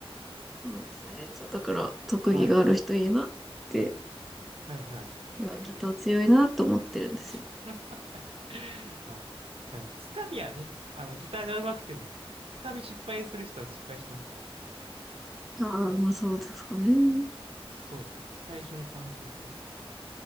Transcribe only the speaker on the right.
はい。はいはい。
<laughs> まあ、いやつかみはね、あの、ギターが上手くても、つかみ失敗する人は失敗しますから。
そうですね。最初のパンチ力は。